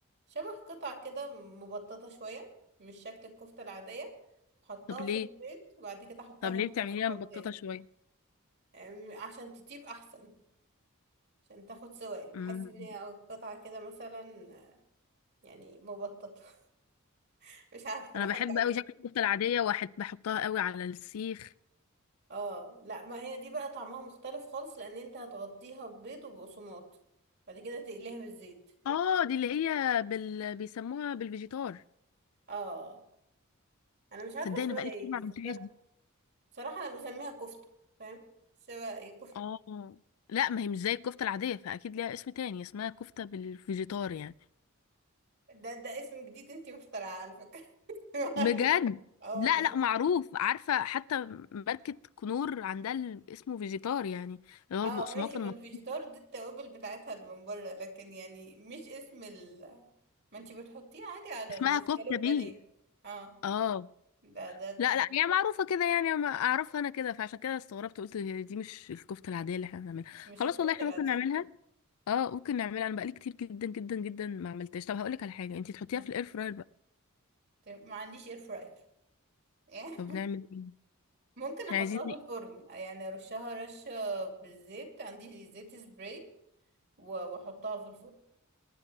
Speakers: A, on the right; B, on the left.
A: شبه قطع كده مبططة شوية مش شكل الكفتة العادية حطها
B: طب ليه
A: في البيض وبعد كده حطها
B: طب
A: في
B: ليه
A: البقسماط
B: بتعمليها مبططه
A: تاني
B: شويه
A: آه، عشان تطيب احسن عشان تاخد سوا يعني بحس
B: امم
A: ان هي قطعة كده مثلا يعني مبططة <laughs> مش عارفة
B: انا
A: بحب
B: بحب
A: اعمل
B: قوي شكل الكفته العاديه واحد بحطها قوي على السيخ
A: اه لا ما هي دي بقى طعمها مختلف خالص لان انت هتغطيها ببيض وبقسماط بعد كده تقليها بالزيت
B: اه دي اللي هي بال... بيسموها بالفيجيتار
A: اه انا مش عارفة
B: تصدقني
A: اسمها
B: انا بقالي
A: ايه
B: كتير ما
A: بس
B: عملتهاش
A: بصراحة
B: دي
A: بصراحة انا بسميها كفتة فاهم سوا ايه كفتة
B: اه لا ما هي مش زي الكفته العاديه فاكيد ليها اسم تاني اسمها كفته بالفيجيتار يعني
A: ده ده اسم جديد انتي مخترعة على فكرة <laughs> ما
B: بجد
A: علينا. اه
B: لا
A: والله
B: لا معروف عارفة حتى ماركة كنور عندها ال- اسمه فيجيتار يعني اللي
A: اه
B: هو البقسماط
A: ماشي ما
B: المط...
A: الفيجيتار دي التوابل بتاعتها اللي من بره لكن يعني مش اسم ال ما انتي بتحطيه عادي على
B: اسمها
A: السكالوب
B: كفتة بيه
A: بانيه اه
B: اه
A: ده ده دي,
B: لا لا
A: دي
B: هي معروفة كده يعني ما اعرفها انا كده فعشان كده استغربت قلت هي دي مش الكفتة العادية اللي احنا بنعملها
A: مش
B: خلاص
A: الكفتة
B: والله احنا
A: العادية
B: ممكن نعملها
A: دي.
B: اه ممكن نعملها انا بقالي كتير جدا جدا جدا ما عملتهاش طب هقولك على حاجة انتي تحطيها
A: مم.
B: في الاير فراير بقى
A: طيب، ما عنديش اير فراير <laughs>
B: طب نعمل ايه
A: ممكن
B: احنا
A: احطها
B: عايزين
A: في الفرن يعني ارشها رشة بالزيت عندي زيت سبراي و- واحطها في الفرن